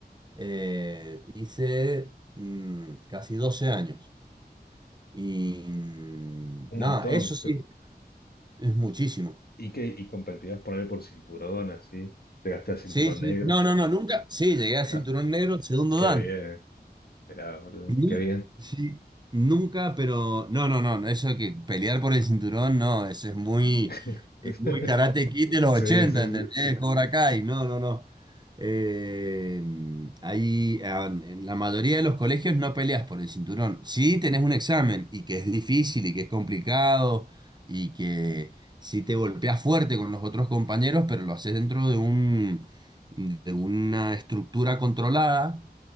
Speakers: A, on the right; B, on the left.
A: Eh, hice mm, casi 12 años. Y mm,
B: un
A: nada,
B: montón.
A: eso sí, es muchísimo.
B: Y que, y competías por ahí por cinturón, así. te gasté el cinturón
A: Sí, sí.
B: negro.
A: No, no,
B: <laughs>
A: no, nunca. Sí, llegué a cinturón
B: Ah,
A: negro, segundo
B: qué
A: dan.
B: bien, mirá, boludo,
A: Nu-
B: qué bien.
A: Sí, nunca, pero no, no, no, eso que pelear por el cinturón, no, eso es muy,
B: <laughs>
A: es muy Karate Kid de los
B: Sí,
A: 80,
B: sí,
A: ¿entendés?
B: sí.
A: Cobra Kai, no, no, no. Eh, ahí, ah, en la mayoría de los colegios no peleas por el cinturón. Sí tenés un examen y que es difícil y que es complicado y que sí te golpeas fuerte con los otros compañeros, pero lo haces dentro de un, de una estructura controlada